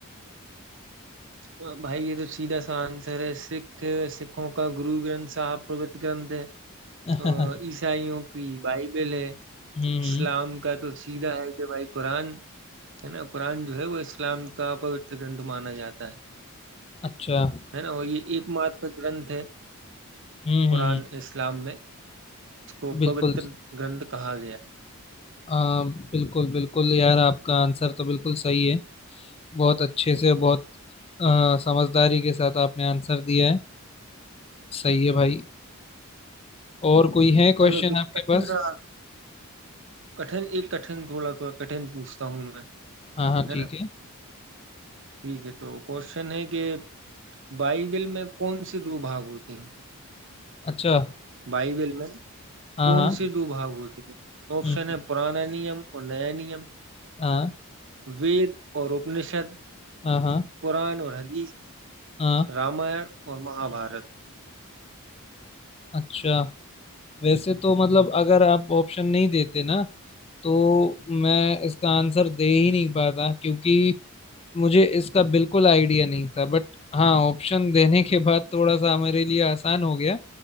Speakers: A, on the right; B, on the left.
A: अ, भाई ये तो सीधा सा आंसर है सिख सिखों का गुरु ग्रंथ साहब पवित्र ग्रंथ है अ,
B: <laughs>
A: ईसाइयों की बाइबल है
B: हम्म
A: इस्लाम का तो सीधा है कि भाई कुरान है ना कुरान जो है वो इस्लाम का पवित्र ग्रंथ माना जाता है
B: अच्छा हम्म
A: है ना और ये एकमात्र ग्रंथ है
B: हम्म
A: कुरान
B: हम्म।
A: इस्लाम में इसको
B: बिल्कुल
A: पवित्र ग्रंथ कहा गया
B: आ, बिल्कुल बिल्कुल यार आपका आंसर तो बिल्कुल सही है बहुत अच्छे से बहुत आ, समझदारी के साथ आपने आंसर दिया है सही है भाई और कोई है क्वेश्चन
A: चलो तो
B: आपके
A: कठिन
B: पास
A: सा कठिन एक कठिन थोड़ा थोड़ा कठिन पूछता हूँ मैं
B: हाँ हाँ
A: है
B: ठीक
A: ना
B: है
A: ठीक है तो क्वेश्चन है कि बाइबल में कौन सी दो भाग होते हैं
B: अच्छा
A: बाइबल में
B: हाँ
A: कौन
B: हाँ हम्म
A: सी दो भाग होते हैं ऑप्शन
B: हम्म,
A: है पुराना नियम और नया नियम
B: हाँ
A: वेद और उपनिषद
B: हाँ हाँ
A: कुरान और हदीस
B: हाँ
A: रामायण और महाभारत
B: अच्छा वैसे तो मतलब अगर आप ऑप्शन नहीं देते ना तो मैं इसका आंसर दे ही नहीं पाता क्योंकि मुझे इसका बिल्कुल आइडिया नहीं था बट हाँ ऑप्शन देने के बाद थोड़ा सा मेरे लिए आसान हो गया